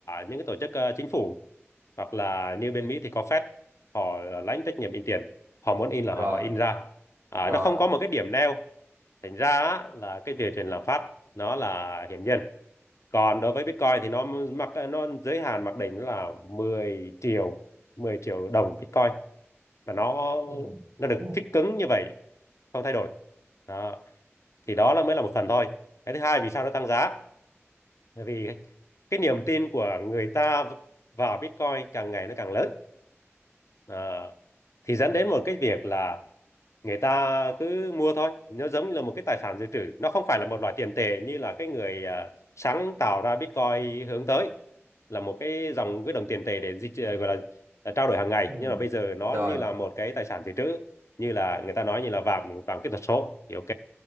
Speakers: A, on the left; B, on the right.
A: những cái tổ chức ờ, chính phủ hoặc là như bên Mỹ thì có Fed họ lãnh trách nhiệm in tiền họ muốn in là
B: rồi
A: họ, họ in ra à,
B: rồi
A: nó không có một cái điểm neo thành ra á, là cái việc tiền lạm phát nó là hiển nhiên còn đối với Bitcoin thì nó mặc nó giới hạn mặc định là mười triệu 10 triệu đồng Bitcoin và nó
B: ừ.
A: nó được
B: Ừ.
A: fix cứng như vậy không thay đổi đó. thì đó là mới là một phần thôi cái thứ hai vì sao nó tăng giá bởi vì cái niềm tin của người ta vào Bitcoin càng ngày nó càng lớn Ờ, thì dẫn đến một cái việc là người ta cứ mua thôi nó giống như là một cái tài sản dự trữ nó không phải là một loại tiền tệ như là cái người à, sáng tạo ra Bitcoin hướng tới là một cái dòng cái đồng tiền tệ để di, ờ, gọi là à, trao đổi hàng ngày
B: ừ.
A: nhưng mà bây giờ nó
B: rồi
A: như là một cái tài sản dự trữ như là người ta nói như là vàng vàng kỹ thuật số thì ok